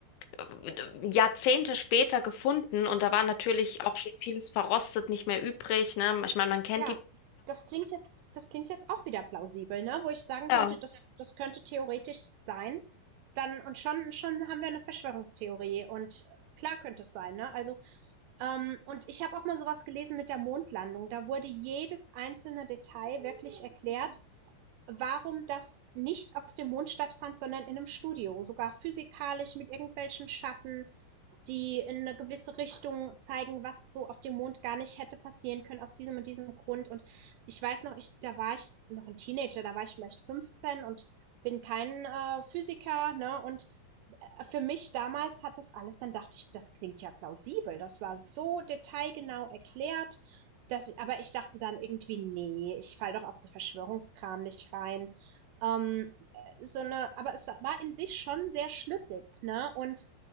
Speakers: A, on the left (about 80°); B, on the right (about 80°).
A: äh, Jahrzehnte später gefunden. Und da war natürlich auch schon vieles verrostet, nicht mehr übrig, ne? Ich meine, man kennt
B: Ja,
A: die.
B: das klingt jetzt das klingt jetzt auch wieder plausibel, ne? Wo ich sagen
A: Ja.
B: könnte, das das könnte theoretisch sein. Dann und schon schon haben wir eine Verschwörungstheorie und klar könnte es sein, ne? Also, ähm, und ich habe auch mal so was gelesen mit der Mondlandung. Da wurde jedes einzelne Detail wirklich erklärt warum das nicht auf dem Mond stattfand, sondern in einem Studio, sogar physikalisch mit irgendwelchen Schatten, die in eine gewisse Richtung zeigen, was so auf dem Mond gar nicht hätte passieren können, aus diesem und diesem Grund. Und ich weiß noch, ich, da war ich noch ein Teenager, da war ich vielleicht 15 und bin kein äh, Physiker, ne? Und für mich damals hat das alles, dann dachte ich, das klingt ja plausibel. Das war so detailgenau erklärt. Dass ich, aber ich dachte dann irgendwie, nee, ich falle doch auf so Verschwörungskram nicht rein. Ähm, so eine, aber es war in sich schon sehr schlüssig, ne? Und